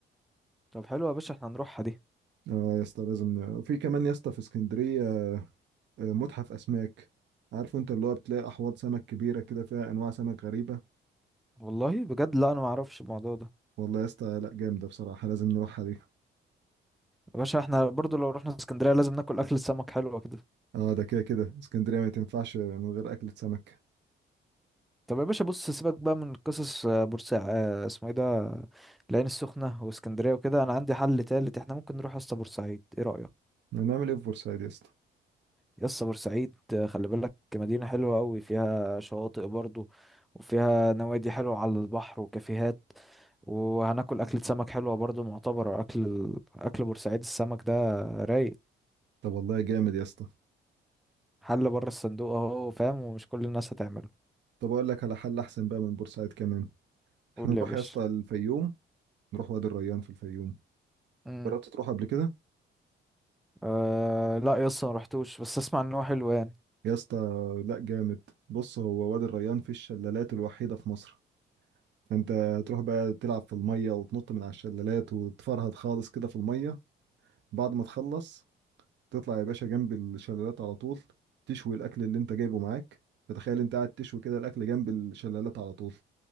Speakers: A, in the centre; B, on the right.
A: طب حلو يا باشا احنا هنروحها دي
B: اه يا اسطى لازم ن- في كمان يا اسطى في اسكندرية آه، متحف اسماك عارف انت اللي هو بتلاقي احواض سمك كبيرة كده فيها انواع سمك غريبة
A: والله بجد لا انا ما اعرفش الموضوع ده
B: والله يا اسطى لا جامدة بصراحة لازم نروحها دي
A: يا باشا احنا برضو لو رحنا اسكندرية لازم ناكل أكل السمك حلوة كده
B: اه ده كده كده اسكندرية ما تنفعش من غير اكلة سمك
A: طب يا باشا بص سيبك بقى من قصص آه، بورسعيد آه، اسمه ايه ده العين السخنة واسكندرية وكده انا عندي حل تالت احنا ممكن نروح يا اسطى بورسعيد ايه رأيك
B: هنعمل ايه في بورسعيد يا اسطى
A: يا اسطى بورسعيد آه، خلي بالك مدينة حلوة قوي فيها شواطئ برضو وفيها نوادي حلوة على البحر وكافيهات وهناكل أكلة سمك حلوة برضو معتبرة أكل أكل بورسعيد السمك ده رايق
B: طب والله جامد يا اسطى
A: حل بره الصندوق اهو فاهم ومش كل الناس هتعمله
B: طب اقول لك على حل احسن بقى من بورسعيد كمان
A: قول
B: احنا نروح
A: لي يا باشا
B: يا اسطى الفيوم نروح وادي الريان في الفيوم
A: امم
B: جربت تروح قبل كده
A: آه لا يا اسطى ما رحتوش بس اسمع ان هو حلو يعني
B: يا اسطى لا جامد بص هو وادي الريان في الشلالات الوحيدة في مصر انت تروح بقى تلعب في المية وتنط من على الشلالات وتفرهد خالص كده في المية بعد ما تخلص تطلع يا باشا جنب الشلالات على طول تشوي الأكل اللي انت جايبه معاك فتخيل انت قاعد تشوي كده الأكل جنب الشلالات على طول